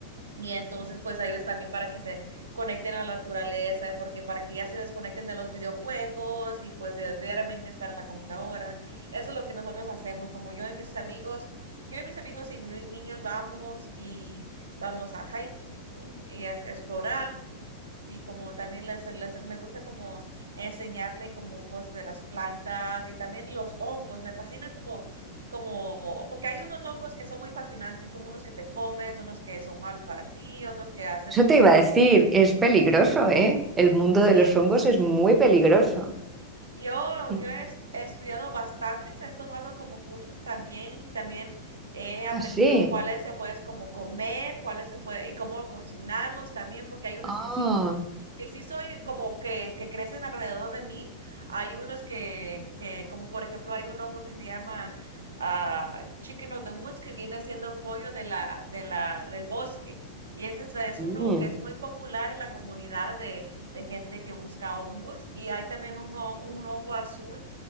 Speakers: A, on the right; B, on the right.
A: Y entonces, pues a ellos también para que se conecten a la naturaleza, y porque para que ya se desconecten de los videojuegos y pues de, de realmente estar en la computadora. Eso es lo que nosotros hacemos, como yo y mis amigos, yo y mis amigos y mis niños vamos y vamos a hiking y es- exploramos y como también les, les- me gusta como enseñarle como cosas de las plantas y también los hongos. Me fascina como, como, porque hay unos hongos que son muy fascinantes, como unos que te comes, unos que son malos para ti, otros que hacen
B: Eso
A: como,
B: te iba a decir, es peligroso, ¿eh? El mundo
A: sí,
B: de los hongos
A: sí,
B: es
A: sí,
B: muy
A: sí.
B: peligroso.
A: Yo,
B: Sí.
A: yo he, es- he estudiado bastantes, he tomado como cursos también y también he aprendido
B: Así.
A: cuáles se puedes como comer, cuáles se puede y cómo cocinarlos también, porque hay unos
B: Ah,
A: que sí que sí soy como que, que crecen alrededor de mí. Hay unos que, que, como por ejemplo, hay un hongo que se llama ah, Chicken of the Woods, que viene siendo pollo de la, de la, del bosque. Y este es, es
B: sí.
A: uno
B: Ah,
A: que
B: mm.
A: es muy popular en la comunidad de, de gente que busca hongos. Y hay también un, hon- un hongo azul